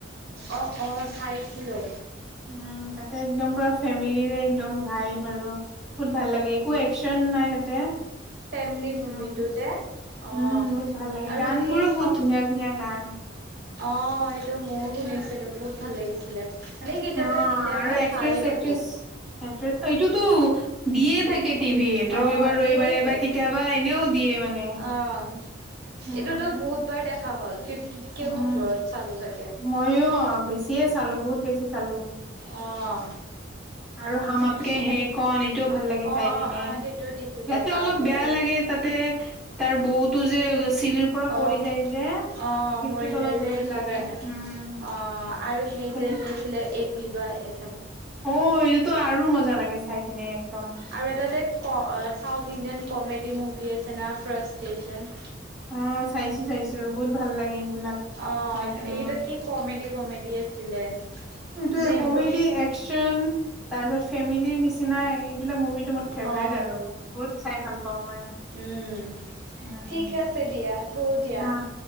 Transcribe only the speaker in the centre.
উম তাতে একদম পুৰা ফেমিলিৰে একদম ভাইব আৰু বহুত ভাল লাগে একো একচন নাই তাতে
উম,
উম, বহুত ভাল লাগে
গান
বোৰো
বহুত ধুনীয়া ধুনীয়া গান
অ
আৰু
একক্ট্ৰেছ
একট্ৰেছ একট্ৰে এইটোতো দিয়ে থাক কে টিভিত ৰবিবাৰ
ৰবিবাৰে
এইবাৰ কেতিয়াবা এনেও দিয়ে মানে
উম,
উম,
ময়ো অ বেছিয়ে চালো বহুত বেছি চালো
আৰু সামা আপকে
সে কন তেও ভাল লাগে
চাই
কিনে।
ইয়াতে অলপ
বেয়া
লাগে তাতে তাৰ বৌতো যে চিৰিৰ পৰা পৰি
যায় যে
সেইটোত
অলপ
দুখ
লাগে
উম,
কিন-
অ এইটোতো আৰু মজা লাগে চাই কিনে একদম
অ চাইছো চাইছো বহুত ভাল লাগে এইবিলাক
চাই কিনে
মোৰ
এইটোয়ে
কমেডি
একচন তাৰ পিছত ফেমিলিৰ নিচিনা এইবিলাক মুভি তোমাৰ ফেভেৰেট
আৰু বহুত চাই ভাল পাওঁ মই
উম
উম
অ',